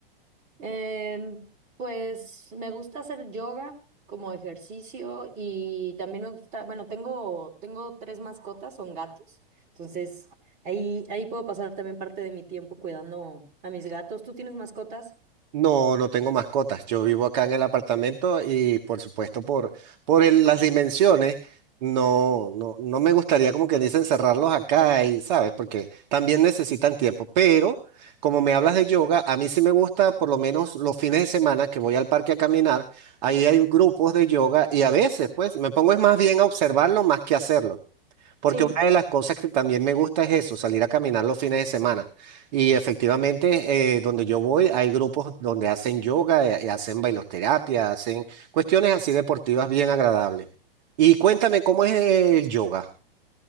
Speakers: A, on the right (about 25°); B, on the right (about 45°).
A: Em, pues me gusta hacer yoga como ejercicio y también me gusta, bueno, tengo, tengo tres mascotas, son gatos, entonces ahí, ahí puedo pasar también parte de mi tiempo cuidando a mis gatos. ¿Tú tienes mascotas?
B: No, no tengo mascotas. Yo vivo acá en el apartamento y por supuesto por, por el- las dimensiones, no, no, no me gustaría como que dicen cerrarlos acá y, ¿sabes? Porque también necesitan tiempo. Pero como me hablas de yoga, a mí sí me gusta por lo menos los fines de semana que voy al parque a caminar, ahí hay grupos de yoga y a veces pues me pongo es más bien a observarlo más que hacerlo. Porque
A: Sí.
B: una de las cosas que también me gusta es eso, salir a caminar los fines de semana. Y efectivamente, eh, donde yo voy, hay grupos donde hacen yoga, eh, y hacen bailoterapia, hacen cuestiones así deportivas bien agradables. Y cuéntame, ¿cómo es el yoga?